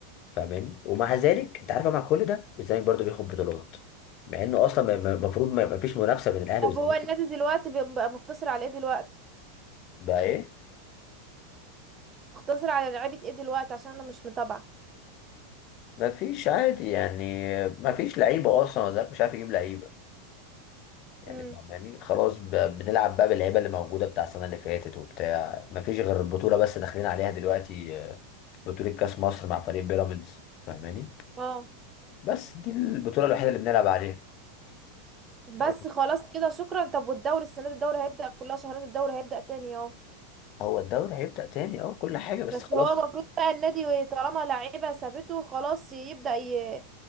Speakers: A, on the left; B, on the right.
A: فاهماني ومع ذلك انت عارفه مع كل ده الزمالك برضو بياخد بطولات مع انه اصلا المفروض ما ما فيش منافسه بين الاهلي
B: طب
A: والزمالك
B: هو النادي دلوقتي بي- بقى مقتصر على ايه دلوقتي
A: بقى ايه
B: مقتصر على لعيبة ايه دلوقتي عشان انا مش متابعة
A: ما فيش عادي يعني ما فيش لعيبه اصلا الزمالك مش عارف يجيب لعيبه يعني
B: امم
A: فاهماني خلاص ب- بنلعب بقى باللعيبه اللي موجوده بتاع السنه اللي فاتت وبتاع ما فيش غير البطوله بس داخلين عليها دلوقتي آه، بطوله كاس مصر مع فريق بيراميدز فاهماني
B: اه
A: بس دي البطوله الوحيده اللي بنلعب عليها
B: بس
A: مش عارف،
B: خلاص كده شكرا طب والدوري السنه دي الدوري هيبدا كلها شهرين الدوري هيبدا تاني اهو
A: هو الدوري هيبدا تاني اه كل حاجه بس
B: بس
A: خلاص
B: هو المفروض بقى النادي طالما لعيبه سابته خلاص يبدا ي...